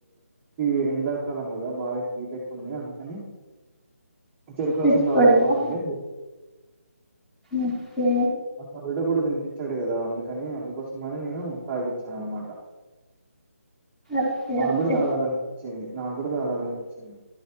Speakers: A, on the right (about 15°); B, in the centre.
A: ఈ ఎండాకాలం కదా బాగా హీట్ ఎక్కు ఉంది అందుకని చెరుకు
B: తెచ్చుకోలేదా
A: రసం దాదాం పావండి
B: ఓకే
A: ఆ పె కూడా ద వచ్చాడు కదా అందుకని అందుకోసమని నేను తాపించాను అనమాట
B: ఓకే
A: నాకు
B: ఓకే
A: కూడా చాల తగ వచ్చింది నాకు కూడా తగలనిపిచింది